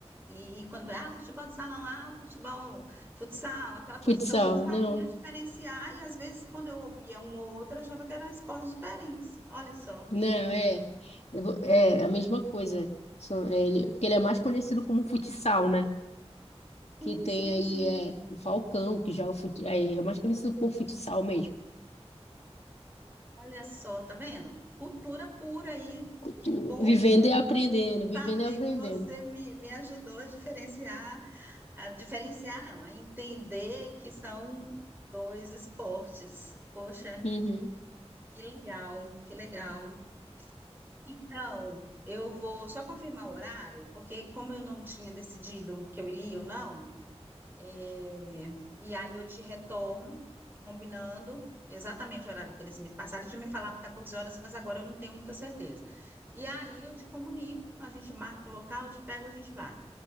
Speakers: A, on the right (about 20°); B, on the left (about 75°).
A: e, e quando vai, ah, futebol de salão, ah, futebol, futsal, aquela coisa.
B: Futsal,
A: Então, eu não sabia
B: não,
A: diferenciar, e às vezes, quando eu ouvia um ou outro, eu achava que eram esportes diferentes. Olha só.
B: não, é. Eu vou- É a mesma coisa. São- é, ele- Porque ele é mais conhecido como futsal, né?
A: Sim,
B: Que tem
A: sim,
B: aí
A: sim.
B: é, o Falcão, que joga futsal. É, é mais conhecido por futsal mesmo.
A: Olha só, tá vendo? Cultura pura aí.
B: Cultura.
A: Que bom
B: Vivendo
A: <laughs>
B: e aprendendo, vivendo
A: saber
B: e aprendendo.
A: que você me, me ajudou a diferenciar, a diferenciar não, a entender que são dois esportes. Poxa.
B: Uhum.
A: Que legal, que legal. Então, eu vou só confirmar o horário, porque como eu não tinha decidido que eu iria ou não, é, e aí eu te retorno, combinando exatamente o horário que eles me passaram. Eu tinha me falado 14 horas, mas agora eu não tenho muita certeza. E aí eu te comunico, a gente marca o local, eu te pego, a gente vai.